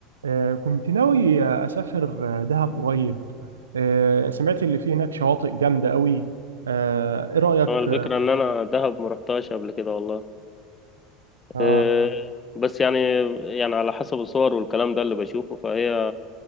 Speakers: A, on the right (about 85°); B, on the left (about 25°).
A: آه، كنت ناوي آه، أسافر آه، دهب قريب آه، سمعت اللي فيه هناك شواطئ جامدة قوي آه، إيه رأيك؟
B: هو الفكرة إن أنا دهب ما رحتهاش قبل كده والله
A: آه
B: أه، بس يعني يعني على حسب الصور والكلام ده اللي بشوفه فهي